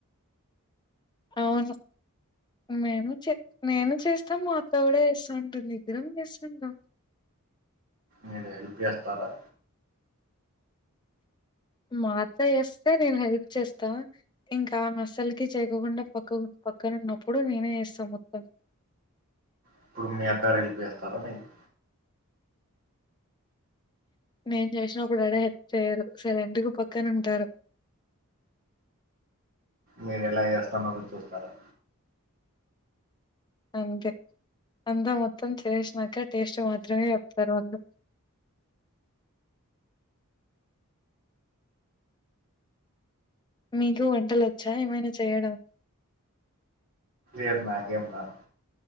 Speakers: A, on the left; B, on the right.
A: అవును మేము చే నేను చేస్తాం మా అత్త కూడా చేస్తా ఉంటుంది ఇద్దరం చేస్తువుంటాం
B: మీరు హెల్ప్ చేస్తారా
A: మా అత్త చేస్తే నేను హెల్ప్ చేస్తా ఇంకా ఆమె అసలికి చేయకుండా పక్క పక్కనన్నప్పుడు నేనే చేస్తా మొత్తం
B: ఇప్పుడు మీ అత్తరూ హెల్ప్ చేస్తారా నీకు
A: నేను చేసినప్పుడు యాడ హెల్ప్ చేయ్యరు సైలెంట్గా పక్కన ఉంటారు
B: మీరు ఎలా చేస్తున్నారో చూస్తారా
A: అంతే అంతా మొత్తం చేసినాక టేస్ట్ మాత్రమే చెప్తారు వాళ్ళు మీకు వంటలు వచ్చా ఏమైనా చేయడం
B: ఏం నాకేం రాద్